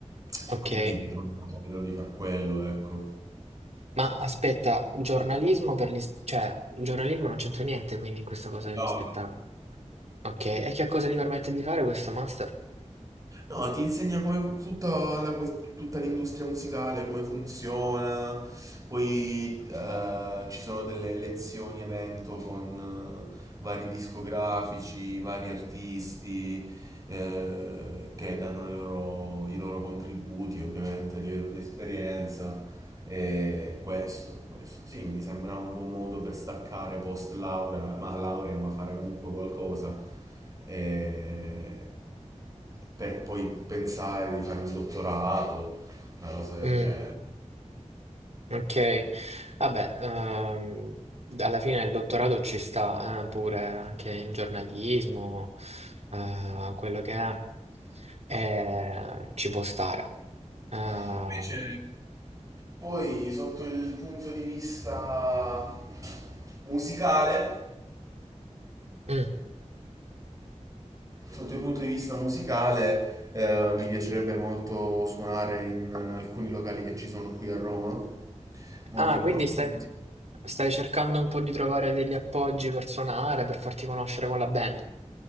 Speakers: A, on the right; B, on the right.
A: Ok,
B: e quindi vedrò vedrò di far quello, ecco.
A: ma aspetta, giornalismo per gli... s- cioè, il giornalismo non c'entra niente quindi in questa cosa degli
B: No.
A: spettacoli. Ok, e che cosa ti permette di fare questo master?
B: No, ti insegna come tutta, la que- tutta l'industria musicale, come funziona. Poi eh, ci sono delle lezioni evento con eh, vari discografici, vari artisti eh, che danno le loro- i loro contributi, ovviamente, a livello di esperienza. E questo, questo, sì, mi sembra un buon modo per staccare post laurea, ma laurea, ma fare comunque qualcosa, e per poi pensare di fare un dottorato, una cosa del
A: Mm.
B: genere.
A: Ok, vabbè, ehm, alla fine il dottorato ci sta, eh, pure anche in giornalismo, eh, quello che è, eh, ci può stare. Ehm,
B: Invece, poi sotto il punto di vista musicale,
A: mm.
B: sotto il punto di vista musicale, eh, mi piacerebbe molto suonare in alcuni locali che ci sono qui a Roma, molto
A: Ah,
B: importanti.
A: quindi stai, stai cercando un po' di trovare degli appoggi per suonare, per farti conoscere con la band.